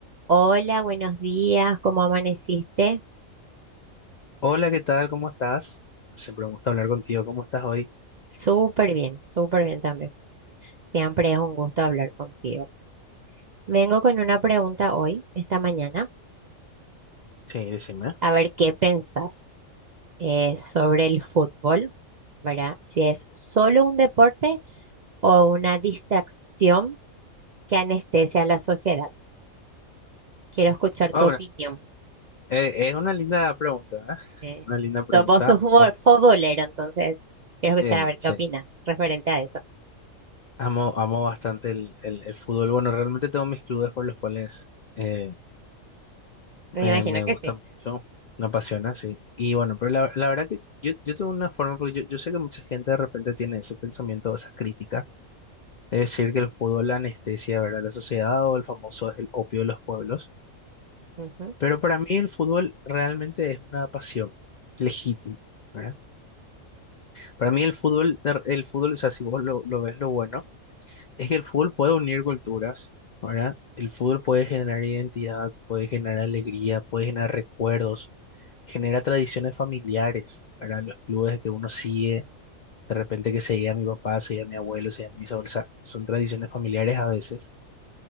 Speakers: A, on the right; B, on the left.
A: Hola, buenos días, ¿cómo amaneciste?
B: Hola, ¿qué tal? ¿Cómo estás? Siempre me gusta hablar contigo. ¿Cómo estás hoy?
A: Súper bien, súper bien también. Siempre es un gusto hablar contigo. Vengo con una pregunta hoy, esta mañana,
B: Sí, decime.
A: a ver qué pensás eh, sobre el fútbol, ¿verdad? Si es solo un deporte o una distracción que anestesia a la sociedad. Quiero escuchar
B: Ahora,
A: tu opinión.
B: eh, es una linda pregunta, ¿eh?
A: eh.
B: Una linda pregunta.
A: So- Vos sos futbol-
B: Bueno,
A: futbolero, entonces quiero
B: sí,
A: escuchar a ver
B: sí.
A: qué opinas referente a eso.
B: Amo, amo bastante el, el- el fútbol. Bueno, realmente tengo mis clubes por los cuales eh, me,
A: Me imagino
B: me
A: que
B: gusta
A: sí.
B: mucho, me apasiona, sí. Y bueno, pero la, la verdad que yo, yo tengo una forma, porque yo, yo sé que mucha gente de repente tiene ese pensamiento, esa crítica de decir que el fútbol anestesia, ¿verdad? La sociedad o el famoso es el opio de los pueblos.
A: Ujú,
B: Pero para mí el fútbol realmente es una pasión legítima, ¿verdad? Para mí el fútbol, el fútbol, o sea, si vos lo, lo ves lo bueno, es que el fútbol puede unir culturas, ¿verdad? El fútbol puede generar identidad, puede generar alegría, puede generar recuerdos, genera tradiciones familiares, ¿verdad? Los clubes que uno sigue, de repente que seguía a mi papá, seguía a mi abuelo, seguía a mis abuelos, o sea, son tradiciones familiares a veces,